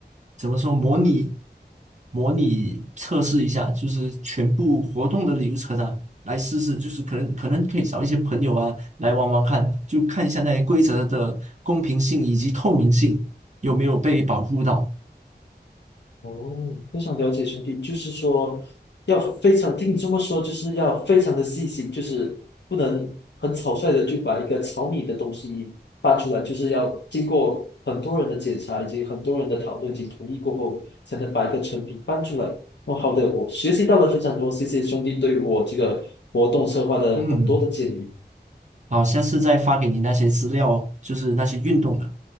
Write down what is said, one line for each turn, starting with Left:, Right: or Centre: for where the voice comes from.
Right: 怎么说模拟模拟测试一下，就是全部活动的流程啊，来试试，就是可能可能可以找一些朋友啊来玩玩看，就看一下那些规则的公平性以及透明性有没有被保护到。
Left: 哦，非常了解兄弟，就是说要非常，听你这么说，就是要非常的细心，就是不能很草率的就把一个草拟的东西搬出来，就是要经过很多人的检查以及很多人的讨论以及同意过后，才能把一个成品搬出来。哦，好的，我学习到了非常多，谢谢兄弟对我这个活动策划的很多的建议。
Right: 嗯，好，下次再发给你那些资料，就是那些运动的。